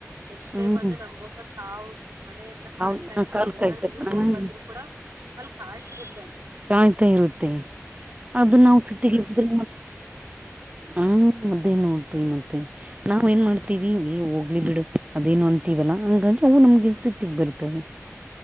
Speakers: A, on the right; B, on the right.
A: ನೆಕ್ಸ್ಟ್ ಡೇ
B: ಹ್ಮ್
A: ಬಂದು ನಮ್ಗೋಸ್ರ ಕಾವು ಮನೆ ಕಾಯ್ತಾ
B: ಅವ
A: ಇರತ್ತ
B: ಕಾಲ್
A: ನಾವ ಎಲ್ಲಾದ್ರೂ
B: ಕಾಯ್ತ
A: ಊರ್ಗ
B: ಹ್ಮ್
A: ಹೋಗಿ ಬಂದ್ರು ಕೂಡ ಅಲ್ಲಿ ಕಾಯ್ತಿರುತ್ತೆ ಅದ.
B: ಕಾಯ್ತಾ ಇರುತ್ತೆ ಅದು ನಾವು ಸಿಟ್ಟಗೆಸ್ರ ಹ್ಮ ಅದೇ ನೋಡ್ವಿ ಮತ್ತೆ ನಾವ್ ಏನ್ ಮಾಡ್ತೀವಿ ಹೋಗ್ಲಿ ಬಿಡು ಅದೇನು ಅಂತೀವಲ್ಲಾ ಹಂಗಾಗಿ ಅವು ನಮ್ಗೆ ಸಿಟ್ಟಿಗೆ ಬರ್ತವೆ.